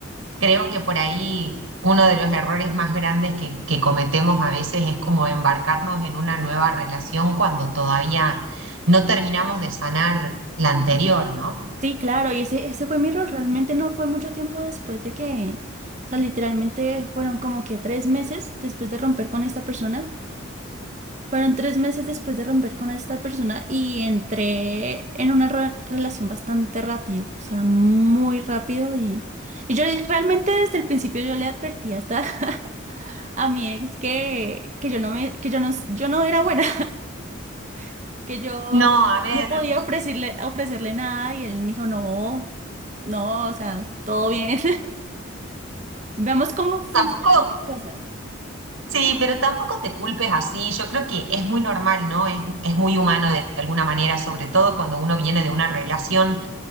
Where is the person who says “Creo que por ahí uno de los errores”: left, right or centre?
Right